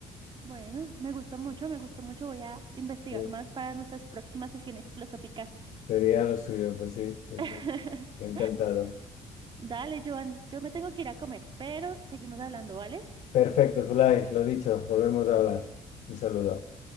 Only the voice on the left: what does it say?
Eh,
Sería lo suyo, pues sí, sí,
sí. Encantado.
Perfecto, Zulay, lo dicho, volvemos a hablar. Un saludo.